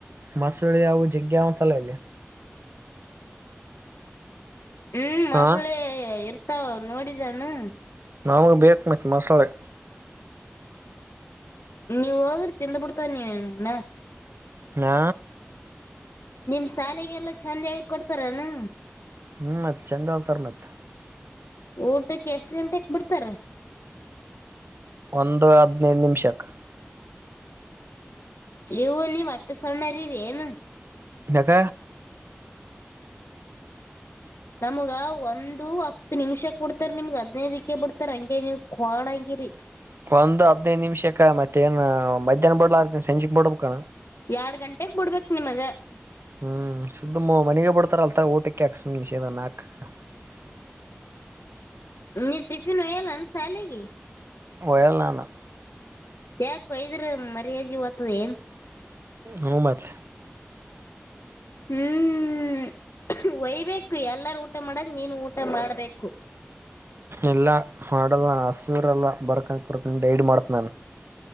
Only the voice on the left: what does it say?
ಹ್ಮ್ ಮೊಸಳೆ
ಇರ್ತಾವ ನೋಡಿದಾನು
ನೀ ಹೋಗರಿ ತಿಿಂದ ಪಡ್ತಾ ನೀಣ
ನಿಮ್ ಶಾಲೆಗೆಲ್ಲಾ ಚೆಂದ ಆಾಗಿ ಕೊಡ್ತಾರನು
ಊಟಕ್ಕೆ ಎಷ್ಟ್ ಗಂಟೆಕ್ ಬಿಡ್ತಾರ
ಲವು ನೀ ಒತ ಸಣನ ರ ಏನು
ನಮ್ಗ ಒಂದು ಹತ್ತು ನಿಮಿಷಕ್ ಬಿಡ್ತಾರೆ ನಿಮ್ಗ ಹದ್ನೈದಕ್ಕೆ ಬಿಡ್ತಾರ ಹಂಗೆ ನೀ ಕೊಣೆ ರಿ
ಎರಡ್ ಗಂಟೆಗ್ ಬಿಡ್ಬೇಕೇ ನಿಮಗ.
ನೀ ಟಿಫಿನ್ ಹಯ್ಯಲ್ಲ ಶಾಲೆಗೆ.
ಯಾಕ್ ಹೊಯ್ದ್ರೆ ಮರ್ಯಾದೆನ್
ಹ್ಮ್ ಒಯ್ಬೇಕು ಎಲ್ಲಾರು ಊಟ ಮಡಂಗ್ ನೀನು ಊಟ ಮಾಡ್ಬೇಕು.